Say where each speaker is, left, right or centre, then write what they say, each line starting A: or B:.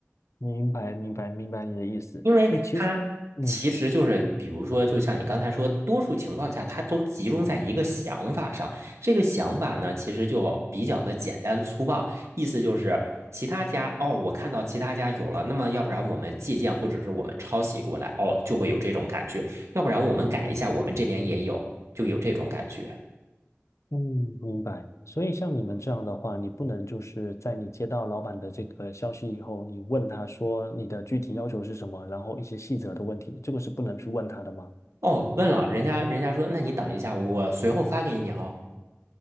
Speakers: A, on the left; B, on the right.
A: 明白，明白，明白你的意思。
B: 因为它其实就是，
A: 哎，其实，嗯
B: 比如说，就像你刚才说，多数情况下，它都集中在一个想法上。这个想法呢，其实就比较的简单粗暴，意思就是其他家哦，我看到其他家有了，那么要不然我们借鉴或者是我们抄袭过来，哦，就会有这种感觉；要不然我们改一下，我们这边也有，就有这种感觉。
A: 嗯，明白。所以像你们这样的话，你不能就是在你接到老板的这个消息以后，你问他说你的具体要求是什么，然后一些细则的问题，这个是不能去问他的吗？
B: 哦，问了人家，人家说，那你等一下，我随后发给你哦。